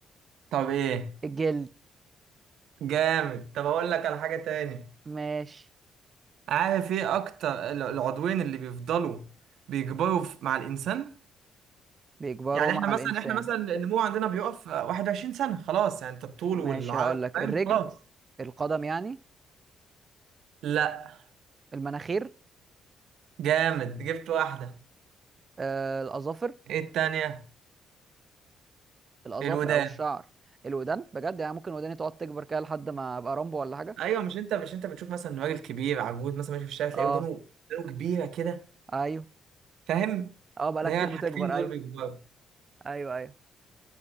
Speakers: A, on the right (about 80°); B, on the right (about 35°).
A: طب ايه
B: الجلد
A: جامد طب اقول لك على حاجه تاني
B: ماشي
A: عارف ايه اكتر ال- العضوين اللي بيفضلوا بيكبروا في- مع الانسان
B: بيكبروا
A: يعني
B: مع
A: احنا مثلا
B: الإنسان
A: احنا مثلا النمو عندنا بيقف آه، 21 سنه خلاص يعني انت الطول
B: ماشي
A: والعرض
B: هقول لك
A: فاهم
B: الرجل
A: خلاص
B: القدم يعني
A: لا
B: المناخير
A: جامد جبت واحده
B: آه الأظافر
A: ايه التانية
B: الأظافر
A: الودان
B: أو الشعر الودان بجد يعني ممكن وداني تقعد تكبر كده لحد ما أبقى رامبو ولا حاجة
A: ايوه مش انت مش انت بتشوف مثلا راجل كبير عجوز مثلا ماشي في الشارع تلاقي
B: اه
A: ودانه ودانه كبيره كده
B: أيوه
A: فاهم
B: اه بقالها
A: ده
B: كتير
A: هي الحاجتين
B: بتكبر
A: دول
B: أيوه
A: بيكبروا
B: أيوه أيوه